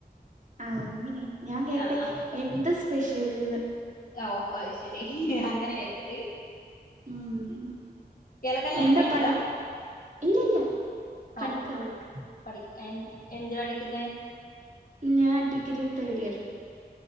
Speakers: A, on the right; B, on the left.
A: ആഹ് അങ്ങിനെ ഞാൻ കേട്ടെ
B: ആഹ് ആഹ്
A: എന്ത് സ് സ്പെഷ്യല്ന്ന്
B: ഓ അയ്ശരി അങ്ങനെ കേട്ടത്
A: ഉം
B: ഇയാളെ കല്യാണം
A: എന്താ
B: കഴിഞ്ഞതാ
A: പഠി ഇല്ലല്ല പഠിക്ക
B: ഓ
A: പഠിക്ക
B: പഠിക്ക എന്ത് പഠിക്കുന്നേ?
A: ഞാൻ ഡിഗ്രി തേർഡ് ഇയർ